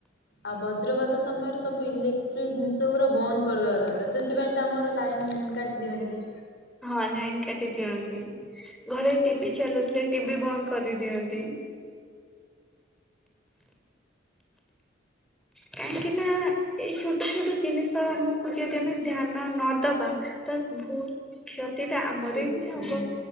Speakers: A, on the left; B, in the centre.
A: ଆଉ ବଜ୍ରପାତ ସମୟରେ ସବୁ ଇଲେକ୍ଟ୍ରିକ ଜିନିଷ ପୁରା ବନ୍ଦ କରିଦବା ଦରକାର ସେ ସେଥିପାଇଁ ତ ଆମର ଲାଇନ କାଟି ଦିଅନ୍ତି।
B: ହଁ ଲାଇନ୍ କାଟି ଦିଅନ୍ତି ଘରେ ଟିଭିି ଚାଲୁଥିଲେ ଟିଭି ବନ୍ଦ କରିଦିଅନ୍ତି। କାହିଁକି ନା ଏଇ ଛୋଟ ଛୋଟ ଜିନିଷ ଆମକୁ ଯଦି ଆମେ ଧ୍ୟାନ ନ ଦବା ତ ଭୁଲ କ୍ଷତି ଟା ଆମର
A: ଦୁର୍
B: ହିଁ
A: ହୁଁ
B: ହବ।